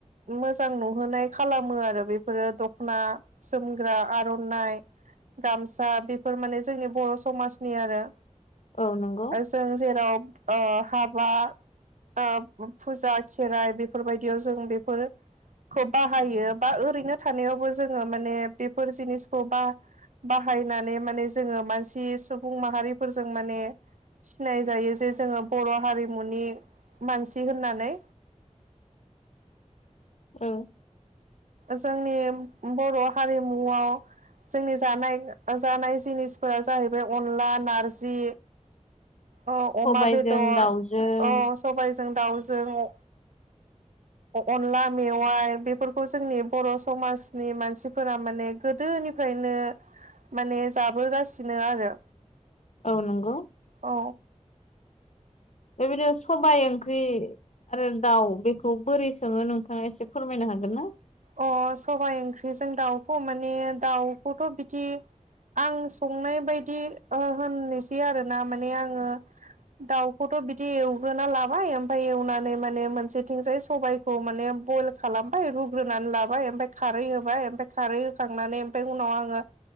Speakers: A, on the right (about 80°); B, on the left (about 65°).
A: मोजां नुहोनाय खालामो आरो बेफोरो दख'ना जोमग्रा आर'नाइ गामसा बेफोर माने जोंनि बर' समाजनि आरो।
B: औ नंगौ।
A: जों जेराव ओ हाबा ओ फुजा खेराइ बेफोरबायदियाव जों बेफोर खौ बाहायो बा ओरैनो थानायावबो जोङो माने बेफोर जिनिसखौ बा बाहायनानै माने जोङो मानसि सुबुं माहारिफोरजों माने सिनाय जायो जे जोङो बर' हारिमुनि मानसि होननानै।
B: औ।
A: जोंनि बर' हारिमुआव जोंनि जानाय जानाय जिनिसफोरा जाहैबाय अनला नारजि औ अमा
B: सबायजों
A: बेदर
B: दाउजों
A: औ सबायाइजों दाउजों अनला मेवाइ बेफोरखौ जोंनि बर' समाजनि मानसिफोरा माने गोदोनि फ्रायनो माने जाबोगासिनो आरो
B: औ नंगौ।
A: औ।
B: बेबायदिनो सबाय ओंख्रि। आरो दाउ बेखौ बोरै संङो नोंथाङा एसे फोरमायनो हागोन ना?
A: अ सबाइ ओंख्रिजों दाउखौ माने दाउखौथ' बिदि आं संनाय बायदि होननोसै आरोना माने आंङो दाउखौथ' बिदि एवग्रोना लाबाय ओमफ्राय एवनानै माने मोनसेथिंजाय सबाय खौ माने बयल खालामबाय ग्रोनानै लाबाय ओमफ्राय खारै होबाय ओमफ्राय खारै होखांनानै ओमफ्राय उनाव आंङो